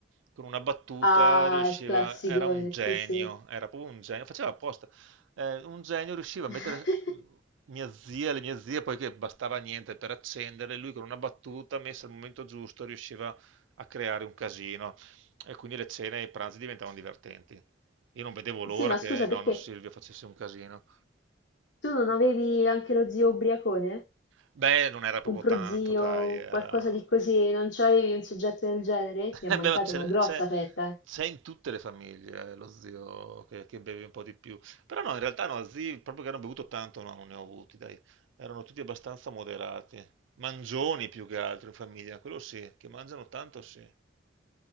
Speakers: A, on the right; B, on the left.
A: Con una battuta
B: Ah,
A: riusciva,
B: il classicone,
A: era un genio,
B: sì, sì.
A: era proprio un genio, faceva apposta. Eh, un genio riusciva a
B: <laughs>
A: mettere mm, mia zia, le mie zie, poiché bastava niente per accendere, lui con una battuta messa al momento giusto riusciva a creare un casino e quindi le cene e i pranzi diventavano divertenti. Io non vedevo l'ora
B: Sì, ma
A: che
B: scusa,
A: nonno
B: perché
A: Silvio facesse un casino.
B: tu non avevi anche lo zio ubriacone?
A: Beh, non era proprio
B: Un prozio,
A: tanto, dai, era...
B: qualcosa di così, non c'avevi un soggetto del genere?
A: <laughs>
B: Ti è mancata
A: Beh, ma c'è
B: una grossa
A: c'è-
B: fetta, eh.
A: c'è in tutte le famiglie eh, lo zio che, che beve un po' di più. Però no, in realtà no, zii proprio che hanno bevuto tanto, no, non ne ho avuti, dai. Erano tutti abbastanza moderati. Mangioni più che altro in famiglia, quello sì, che mangiano tanto sì.